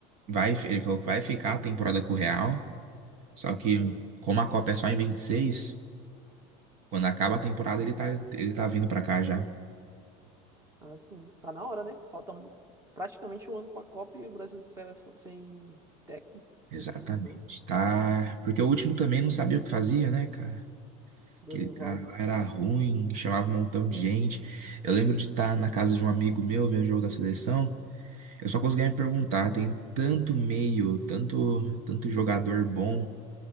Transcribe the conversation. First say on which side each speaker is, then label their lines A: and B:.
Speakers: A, on the right; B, on the right.
A: Vai, ele falou que vai ficar a temporada com o Real, só que
B: Ah,
A: como a Copa é só em 26, quando acaba a temporada
B: te-
A: ele tá, ele tá vindo pra cá já.
B: ah, sim. Tá na hora, né? Falta praticamente um ano pra Copa e o Brasil sem seleção- sem técnico, sem
A: Exatamente,
B: treinador.
A: tá? Porque o último também não sabia o que fazia, né, cara?
B: Dorival.
A: Aquele cara lá era ruim, chamava um montão de gente. Eu lembro de estar na casa de um amigo meu vendo o jogo da seleção. Eu só conseguia me perguntar, tem tanto meio, tanto, tanto jogador bom.